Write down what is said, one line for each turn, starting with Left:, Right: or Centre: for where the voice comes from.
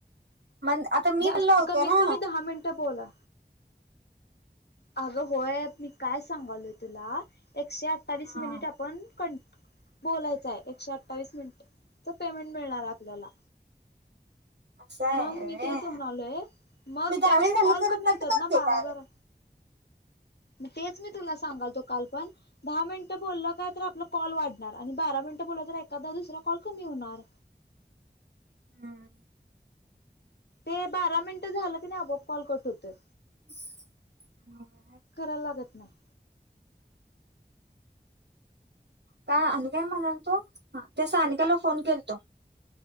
Right: मग आता मी
Left: जास्त
Right: कॉल लावतो
Left: कमीत
Right: ना
Left: कमी दहा मिनटं बोला. अ हो, मी काय सांगालोय तुला एकशे अठ्ठावीस
Right: हा
Left: मिनिट आपण कं बोलायचं आहे एकशे अठ्ठावीस मिनिटचं पेमेंट मिळणार आहे आपल्याला
Right: असं आहे
Left: मग मी
Right: व्हय
Left: तेच म्हनालोय मग
Right: मी
Left: त्यापेक्षा
Right: दहा मिनिट झालं
Left: कॉल
Right: तर
Left: कमी
Right: कट
Left: होतात
Right: करते
Left: ना बारा
Right: कॉल
Left: बारा, मग तेच मी तुला सांगालतो काल पण दहा मिनिटं बोललं काय तर आपला कॉल वाढणार आणि बारा मिनिटं बोललं तर एखादा दुसरा कॉल कमी होणार.
Right: हम्म
Left: ते बारा मिनिटं झालं कणी आपोआप कॉल कट होतोय.
Right: <unintelligible>
Left: करायला लागत नाही.
Right: काय आणि काय म्हणाल तो त्या सानिकाला फोन केलतो